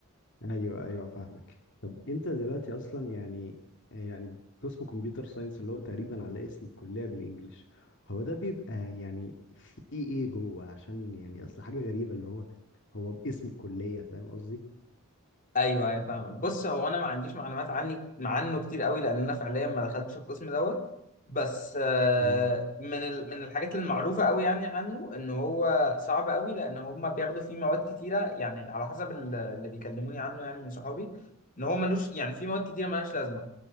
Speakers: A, on the left (about 55°); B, on the left (about 40°).
A: ايوه ايوه فاهمك طب انت دلوقتي اصلا يعني يعني قسم كمبيوتر ساينس اللي هو تقريبا على اسم الكلية بالانجلش هو ده بيبقى يعني في ايه جوه عشان يعني اصل حاجة غريبة اللي هو هو باسم الكلية فاهم قصدي
B: ايوه ايوه فاهمك بص هو انا ما عنديش معلومات عني عنه كتير قوي لان انا فعليا ما دخلتش القسم دوت بس آه،
A: مم.
B: من ال... من الحاجات المعروفه قوي يعني عنه ان هو صعب قوي لان هم بياخدوا فيه مواد كتيره يعني على حسب ال- اللي بيكلموني عنه يعني من صحابي ان هو ملوش يعني في مواد كتيره ملهاش لازمه